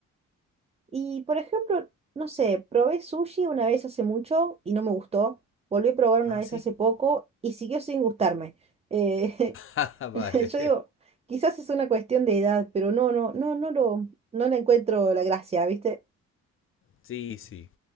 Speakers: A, on the right; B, on the left.
A: Y por ejemplo, no sé, probé sushi una vez hace mucho y no me gustó. Volví a probar una
B: Ah,
A: vez
B: sí.
A: hace
B: <laughs>
A: poco y siguió sin gustarme. Eh,
B: Ah, vale.
A: <laughs> yo digo, quizás es una cuestión de edad, pero no, no, no, no lo, no le encuentro la gracia, ¿viste?
B: Sí, sí.